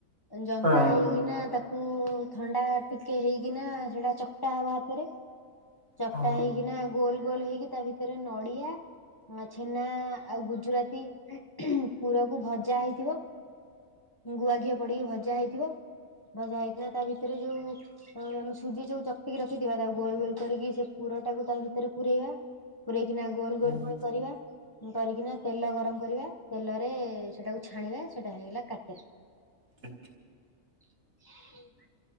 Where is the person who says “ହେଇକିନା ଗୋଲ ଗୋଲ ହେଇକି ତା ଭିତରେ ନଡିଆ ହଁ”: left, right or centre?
Left